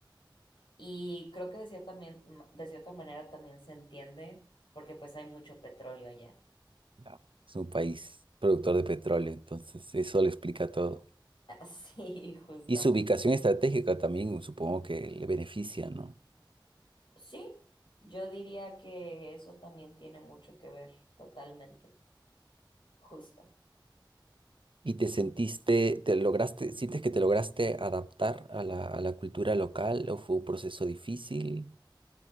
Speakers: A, on the left; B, on the right.
A: Y creo que de cierta, mien- m- de cierta manera también se entiende, porque pues hay mucho petróleo allá.
B: No. Es un país productor de petróleo, entonces eso lo explica todo.
A: <laughs> Así, justamente.
B: Y su ubicación estratégica también supongo que le beneficia, ¿no?
A: Sí, yo diría que eso también tiene mucho que ver, totalmente, justo.
B: ¿Y te sentiste, te lograste, sientes que te lograste adaptar a la, a la cultura local o fue un proceso difícil